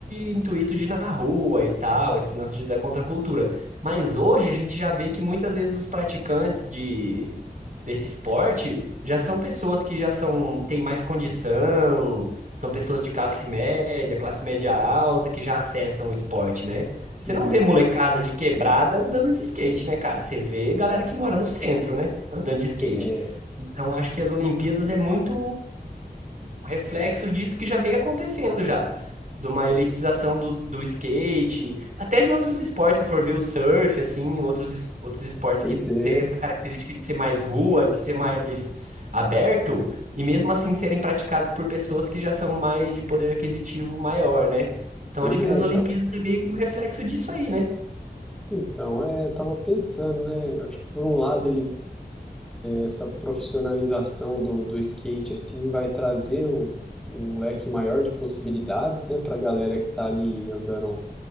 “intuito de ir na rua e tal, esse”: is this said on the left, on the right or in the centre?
Right